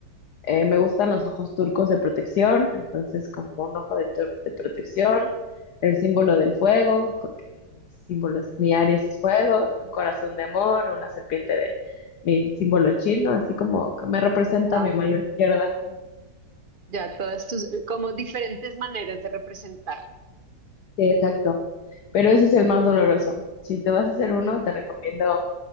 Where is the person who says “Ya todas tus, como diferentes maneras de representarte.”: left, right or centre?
Right